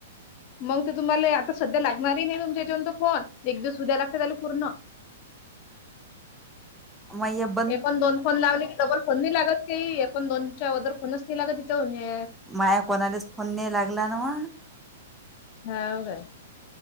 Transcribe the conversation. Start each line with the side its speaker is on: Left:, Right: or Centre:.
Left: मंग ते तुम्हाले आता सध्या लागणारही नाई तुमच्या हयाच्यावरून तो फोन एक दिवस होऊ दयायला लागत त्याला पूर्ण
Centre: मयब
Left: एकोण दोन फोन लावले की डबल फोन नाई लागत काइ एकोण दोनच्या अगोदर फोनच नाही लागत तिच्या म्हण्या
Centre: माया कोणालाच फोन नय लागला नव्ह.
Left: हाव काय